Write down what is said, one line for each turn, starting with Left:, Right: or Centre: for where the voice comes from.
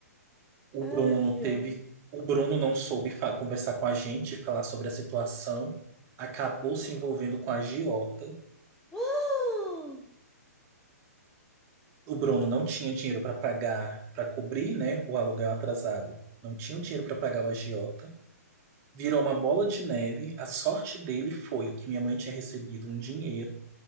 Right: O
Centre: Ai,
Right: Bruno
Centre: que
Right: teve,
Centre: ódio.
Right: o Bruno não soube fa- conversar com a gente, falar sobre a situação, acabou se envolvendo com a agiota.
Centre: Ah!
Right: O Bruno não tinha dinheiro para pagar, para cobrir, né, o aluguel atrasado. Não tinha o dinheiro para pagar o agiota. Virou uma bola de neve. A sorte dele foi que minha mãe tinha recebido um dinheiro.